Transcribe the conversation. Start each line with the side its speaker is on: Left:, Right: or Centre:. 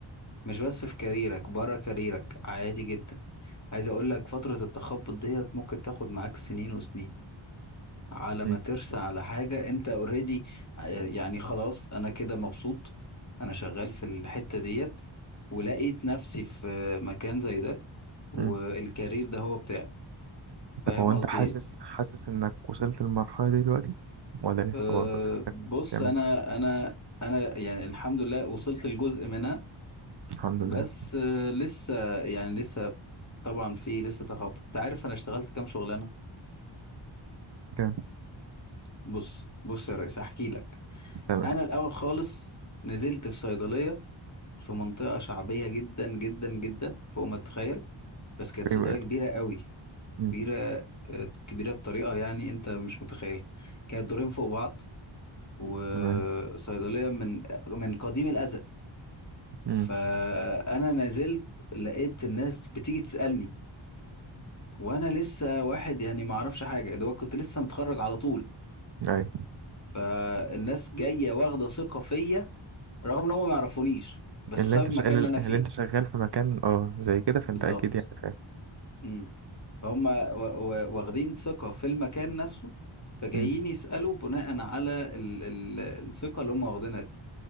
Left: مش بس في كاريرك بره كاريرك عادي جدا عايز اقول لك فترة التخبط ديت ممكن تاخد معاك سنين وسنين على
Right: مم.
Left: ما ترسى على حاجة انت اوريدي يعني خلاص انا كده مبسوط انا شغال في الحتة ديت ولقيت نفسي في مكان زي ده والكارير
Right: مم.
Left: ده هو بتاعي
Right: طب
Left: فاهم
Right: هو أنت
Left: قصدي
Right: حاسس
Left: ايه
Right: حاسس إنك وصلت للمرحلة دي دلوقتي ولا لسه
Left: أه
Right: برضو نفسك
Left: بص
Right: تعمل
Left: انا
Right: كده؟
Left: انا انا يعني الحمد لله وصلت لجزء منها
Right: الحمد
Left: بس
Right: لله
Left: أه لسه يعني لسه طبعا في لسه تخبط انت عارف انا اشتغلت كام شغلانة
Right: كان
Left: بص بص يا ريس احكي لك
Right: تمام
Left: انا الاول خالص نزلت في صيدلية في منطقة شعبية جدا جدا جدا فوق ما تتخيل بس كانت
Right: في-
Left: صيدلية كبيرة قوي
Right: مم.
Left: كبيرة آه، كبيرة بطريقة يعني انت مش متخيل كانت دورين فوق بعض وصيدلية
Right: تمام
Left: من من قديم الأزل
Right: مم.
Left: فأنا نزلت لقيت الناس بتيجي تسألني وأنا لسه واحد يعني ما أعرفش حاجة دوت كنت لسه متخرج على طول
Right: أيوة
Left: فالناس جاية واخدة ثقة فيا رغم إن هم ما يعرفونيش بس
Right: اللي
Left: بسبب
Right: أنت
Left: المكان
Right: ش... اللي
Left: اللي أنا فيه
Right: أنت شغال في مكان أه زي كده فأنت
Left: بالظبط
Right: أكيد يعني فاهم
Left: امم هم واخدين ثقة في المكان نفسه فجايين
Right: مم.
Left: يسألوا بناء على ال ال الثقة اللي هم واخدينها دي